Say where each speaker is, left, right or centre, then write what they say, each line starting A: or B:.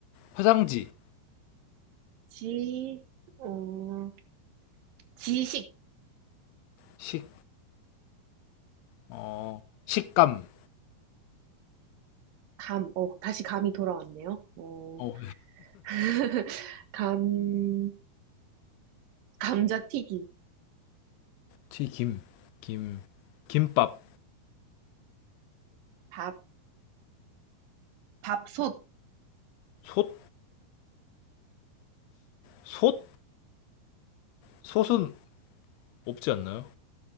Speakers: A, on the left; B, on the right.
A: 화장지,
B: 지, 어, 지식.
A: 식, 어, 식감,
B: 감, 어, 다시 감이 돌아왔네요. 어,
A: 어,
B: <laughs> 감, 감자튀김,
A: 튀김, 김, 김밥,
B: 밥, 밥솥.
A: 솥, 솥, 솥은 없지 않나요?